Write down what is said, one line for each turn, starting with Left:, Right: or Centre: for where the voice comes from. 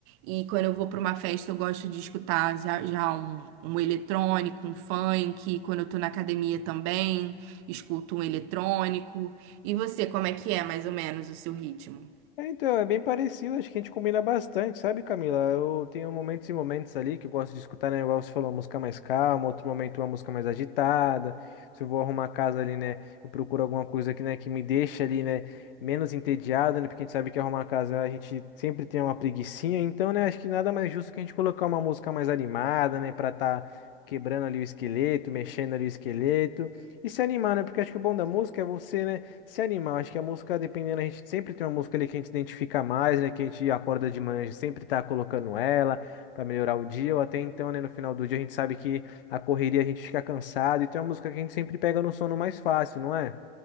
Right: E quando eu vou pra uma festa, eu gosto de escutar já, já um, um eletrônico, um funk. Quando eu tô na academia também, escuto um eletrônico. E você, como é que é mais ou menos o seu ritmo?
Left: É, então, é bem parecido, acho que a gente combina bastante, sabe, Camila? Eu tenho momentos e momentos ali que eu gosto de escutar, né? Igual você falou, uma música mais calma, outro momento uma música mais agitada. Se eu vou arrumar a casa ali, né? Eu procuro alguma coisa que, né, que me deixa ali, né, menos entediado, né? Porque a gente sabe que arrumar a casa a gente sempre tem uma preguicinha, então, né, acho que nada mais justo que a gente colocar uma música mais animada, né, pra tá quebrando ali o esqueleto, mexendo ali o esqueleto e se animar, né? Porque acho que o bom da música é você, né? Se animar, acho que a música, dependendo, a gente sempre tem uma música ali que a gente identifica mais, né? Que a gente acorda de manhã, a gente sempre tá colocando ela pra melhorar o dia, ou até então, né, no final do dia a gente sabe que a correria a gente fica cansado, e tem uma música que a gente sempre pega no sono mais fácil, não é?